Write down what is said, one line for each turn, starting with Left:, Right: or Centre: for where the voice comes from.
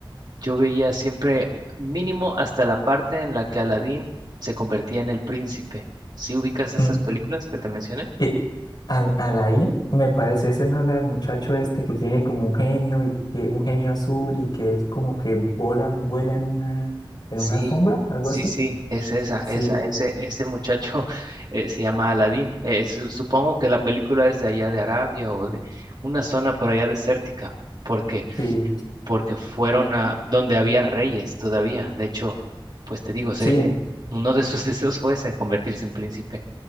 Right: yo veía siempre mínimo hasta la parte en la que Aladín se convertía en el príncipe. ¿Sí ubicas esas
Left: Mm,
Right: películas que te mencioné?
Left: Y al, Alain, me parece, ese no habla del muchacho este que tiene como un genio y que un genio azul y que él como que vola, vuela en una, en
Right: Sí,
Left: una alfombra, algo
Right: sí,
Left: así.
Right: sí, es esa,
Left: Sí,
Right: esa, ese, ese muchacho <laughs> eh, se llama Aladín. Eh, su- supongo que la película es de allá de Arabia o de una zona por allá desértica, porque,
Left: sí,
Right: porque fueron a donde había reyes todavía. De hecho, pues te digo, se-
Left: sí,
Right: eh, uno de sus <laughs> deseos fue ese, convertirse en príncipe.